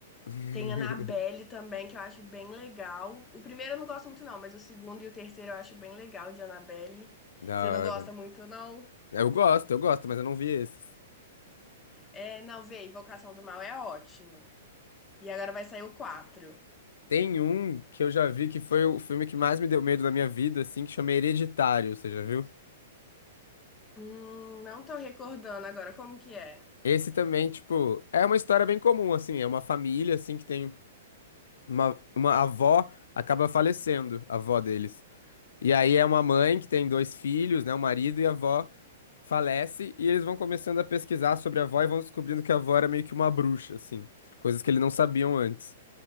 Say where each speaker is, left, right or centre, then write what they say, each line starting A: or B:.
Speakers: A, on the left; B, on the left.
A: <laughs>
B: Tem Annabelle também, que eu acho bem legal. O primeiro eu não gosto muito, não, mas o segundo e o terceiro eu acho bem legal de Annabelle.
A: Da
B: Você não gosta
A: hora.
B: muito, não?
A: Eu gosto, eu gosto, mas eu não vi esses.
B: É, não, vê, Invocação do Mal é ótimo. E agora vai sair o quatro
A: Tem um que eu já vi que foi o filme que mais me deu medo na minha vida, assim, que chama Hereditário, você já viu?
B: Hum, não tô recordando agora como que é.
A: Esse também, tipo, é uma história bem comum, assim, é uma família, assim, que tem uma, uma avó acaba falecendo, a avó deles. E aí é uma mãe que tem dois filhos, né? O marido e a avó falece e eles vão começando a pesquisar sobre a avó e vão descobrindo que a avó era meio que uma bruxa, assim, coisas que eles não sabiam antes.